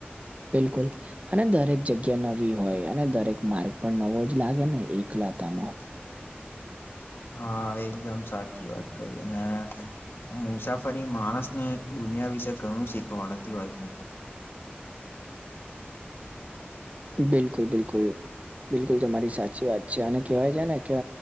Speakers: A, on the right; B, on the left.
A: બિલકુલ. અને દરેક જગ્યા નવી હોય અને દરેક માર્ગ પણ નવો જ લાગે ને એકલાતામાં.
B: હા એકદમ સાચી વાત કહી, અને મુસાફરી માણસ ને દુનિયા વિશે ઘણું શીખવાડતી હોય છે.
A: બિલકુલ, બિલકુલ. બિલકુલ તમારી સાચી વાત છે અને કેવાય છે ને કે